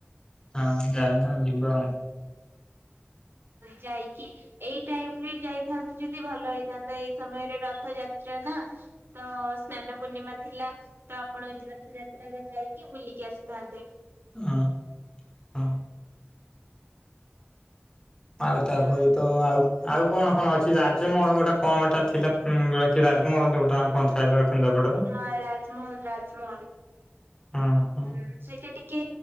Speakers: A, on the left (about 20°); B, on the right (about 60°).
A: ହଁ ଯାଇନ ଯିବା ଆଉ।
B: ଯାଇକି ଏଇ ଟାଇମ୍ ରେ ଯାଇଥାନ୍ତ ଯଦି ଭଲ ହେଇଥାନ୍ତା ଏଇ ସମୟରେ ରଥଯାତ୍ରା ନା। ତ ସ୍ନାନ ପୂର୍ଣ୍ଣିମା ଥିଲା ତ ଆପଣ ଏ ରଥ ଯାତ୍ରାରେ ଯାଇକି ବୁଲିକି ଆସିଥାନ୍ତେ।
A: ହଁ। ହଁ ଆଉ
B: ଆଜ୍ଞା
A: ତାପରେ ତ ଆଉ ଆଉ କଣ କଣ ଅଛି ରାଜମହଲ ଗୋଟେ କଣ ଗୋଟା ଥିଲା ଗୋଟା କି ରାଜମହଲ ଗୋଟେେ କଣ ଥାଏ ବା? କେନ୍ଦ୍ରାପଡାରେ
B: ହଁ ରାଜମହଲ ରାଜମହଲ।
A: ହଁ ହଁ।
B: ଉଁ ସେଇଟା ଟିକେ